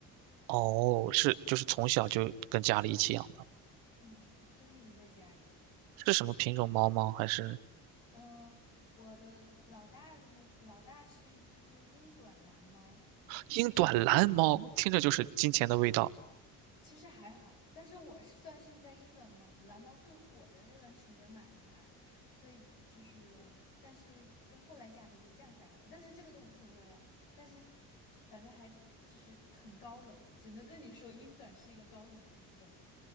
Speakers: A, on the right (about 80°); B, on the left (about 90°).
A: 哦，是，就是从小就跟家里一起养的，
B: 嗯，就一直在家里。
A: 是什么品种猫吗？还是
B: 嗯、我的老大的那老大是一只英短蓝猫，
A: 英短蓝猫？听着就是金钱的味道。
B: 其实还好，但是我是算是在英短蓝蓝猫最火的那段时间买的它，所以就是，但是就后来价格就降下来了，但是这个都无所谓啊，但是反正还就是很高冷，只能跟你说英短是一个高冷的品种。